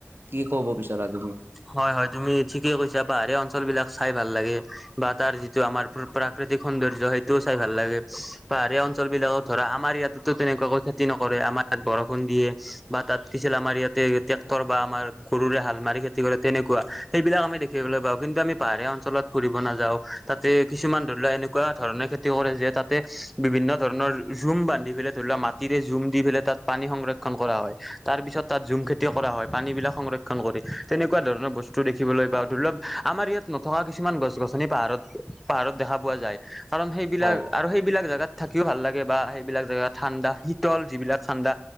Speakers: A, on the right; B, in the centre.
A: কি ক'ব বিচাৰা তুমি?
B: হয় হয় তুমি ঠিকেই কৈছা পাহাৰীয়া অঞ্চল বিলাক চাই ভাল লাগে। বা তাৰ যিটো আমাৰ প্ৰাকৃতিক সৌন্দৰ্য সেইটোও চাই ভাল লাগে পাহাৰীয়া অঞ্চল বিলাকত ধৰা আমাৰ ইয়াত তো তেনেকুৱাকৈ খেতি নকৰে আমাৰ ইয়াত বৰষুণ দিয়ে বা তাত কিছিল আমাৰ ইয়াত ট্ৰেক্টৰ বা আমাৰ গৰুৰে হাল মাৰি খেতি কৰে তেনেকুৱা সেইবিলাক আমি দেখিবলৈ পাওঁ কিন্তু আমি পাহাৰীয়া অঞ্চলত কৰিব নাযাও তাতে কিছুমান ধৰি লোৱা এনেকুৱা ধৰণে খেতি কৰে যে তাতে বিভিন্ন ধৰণৰ জুম বান্ধি ফেলে ধৰি লোৱা মাটিৰে জুম দি ফেলে তাত পানী সংৰক্ষন কৰা হয় তাৰ পিছত তাত ঝুম খেতি কৰা হয় পানী বিলাক সংৰক্ষণ কৰি তেনেকুৱা ধৰণৰ বস্তু দেখিবলৈ পাওঁ ধৰি লওক আমাৰ ইয়াত নথকা কিছুমান গছ- গছনি পাহাৰত -পাহাৰত দেখা পোৱা যায় কাৰণ সেইবিলাক
A: হয় হয়
B: আৰু সেইবিলাক জেগাত থাকিও ভাল লাগে বা সেইবিলাক জেগা ঠাণ্ডা শীতল যিবিলাক ঠাণ্ডা